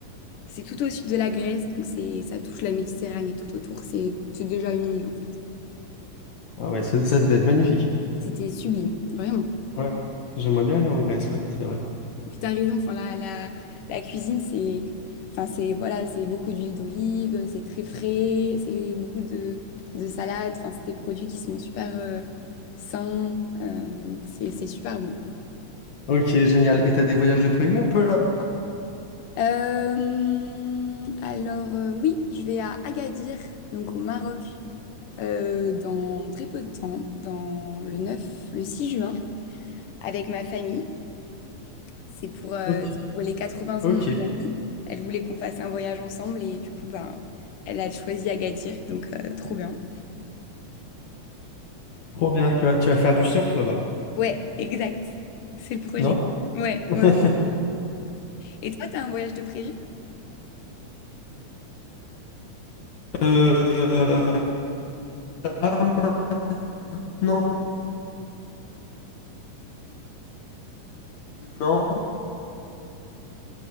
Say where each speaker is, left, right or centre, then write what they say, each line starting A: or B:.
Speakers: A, on the left; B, on the left.
A: C'est tout au sud de la Grèce, donc c'est ça touche la Méditerranée tout autour. C'est c'est déjà une île en fait.
B: Ah ouais, ça, ça devait être magnifique.
A: C'était sublime, vraiment.
B: Ouais, j'aimerais bien aller en Grèce, ouais, c'est vrai.
A: Et puis t'as raison, enfin la, la, la cuisine c'est enfin c'est voilà, c'est beaucoup d'huile d'olive, c'est très frais, c'est beaucoup de, de salades, enfin c'est des produits qui sont super euh, sains, euh, c'est c'est super bon.
B: Ok, génial. Et t'as des voyages de prévu un peu là?
A: Euh, alors euh, oui, je vais à Agadir, donc au Maroc, euh, dans très peu de temps, dans le neuf le six juin. avec ma famille. C'est pour, euh,
B: Ok,
A: c'est pour les 80
B: ok.
A: ans. de- ma- Elle voulait qu'on fasse un voyage ensemble et du coup, ben, elle a choisi Agadir, donc euh, trop bien.
B: Trop bien. Tu vas, tu vas faire du surf là-bas,
A: Ouais, exact. C'est le projet.
B: non?
A: Ouais,
B: <laughs>
A: ouais. ouais. Et toi, t'as un voyage de prévu?
B: Euh, là, Non. Non.